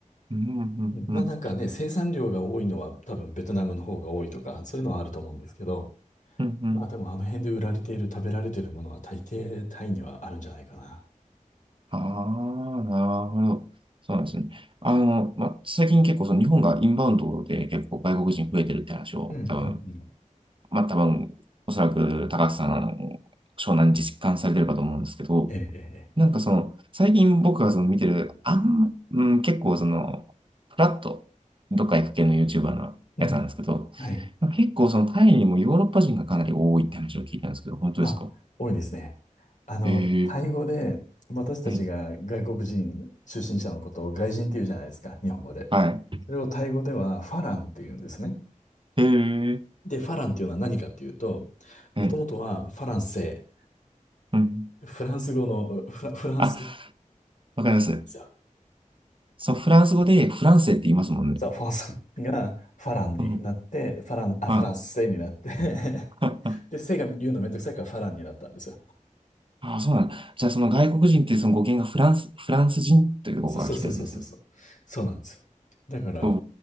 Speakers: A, on the right; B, on the left.
A: うん、うん、
B: うんまあなんかね、
A: うん、
B: 生産量が多いのは多分ベトナムの方が多いとか、そういうのはあると思うんですけど、
A: うん、うん。
B: まあでもあの辺で売られている食べられているものは大抵タイにはあるんじゃないかな。
A: ああ、なるほど。そうなんですね。あの、まあ、最近結構その日本がインバウンドで結構外国人増えてるって話を多分、
B: うんうんうん。
A: まあ、多分、おそらく高橋さん、あの湘南に実感されてるかと思うんですけど、
B: ええええ。ええ
A: なんかその、最近僕がその見てる、あんま、うん、結構その、フラット、どっか行く系の YouTuber のやつなんですけど、
B: うん。はい。
A: 結構そのタイにもヨーロッパ人がかなり多いって話を聞いたんですけど、本当ですか
B: あ、多いですね。あの、
A: へー
B: タイ語で私たちが外国人出身者のことを外人って言うじゃないですか、
A: はい
B: 日本語で。
A: はい。
B: それをタイ語ではファランって言うんですね。
A: へー
B: で、ファランっていうのは何かっていうと、もともとはファランセ
A: はい。うん。
B: イ、フランス語のフラ、フランスで
A: あ、わかります。
B: すよ
A: そう、フランス語でフランセって言いますもんね。
B: そう、ファースがファランになって、
A: うん。
B: ファラン、あ、
A: はい。
B: ファランスセイになって <laughs>
A: <laughs>
B: で、せが言うのめんどくさいからファランになったんですよ。
A: あ、そうなんだ。じゃあその外国人ってその語源がフランス、
B: そ
A: フランス人という語が来てるんですね。
B: う、そうそうそうそうそう。そうなんですよ。だから、
A: そ